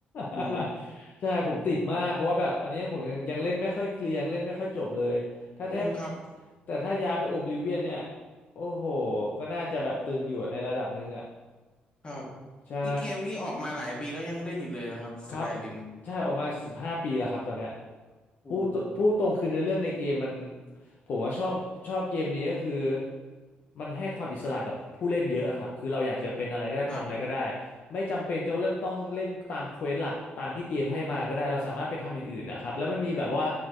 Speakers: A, on the left; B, on the left.
A: โอ้
B: <laughs> ใช่ผมติดมากเพราะว่าแบบอันนี้ผมยังยังเล่นไม่ค่อยเคลียร์ยังเล่นไม่ค่อยจบเลยถ้าจะให้
A: โอ้ครับ
B: แต่ถ้าย้ายไปโอบลิเวียนเนี่ยโอ้โหก็น่าจะแบบตึงอยู่ในระดับหนึ่งอะ
A: ครับ
B: ใช่
A: นี่เกมนี้ออกมาหลายปีแล้วยังเล่นอยู่เลยนะครับสกายริม
B: ครับใช่ออกมาสิบห้าปีแล้วครับตอนเนี้ย
A: โอ้
B: พูดตพูดตรงคือใน้อเรื่องในเกมมันผมว่าชอบชอบเกมนี้ก็คือมันให้ความอิสระกับผู้เล่นเยอะครับคือเราอยากจะเป็นอะไรก็ได้ทำอะไรก็ได้
A: ครับ
B: ไม่จำเป็นจะต้องเล่นตามเควสหลักตามที่เกมให้มาก็ได้เราสามารถไปทำอย่างอื่นนะครับแล้วมันมีแบบว่า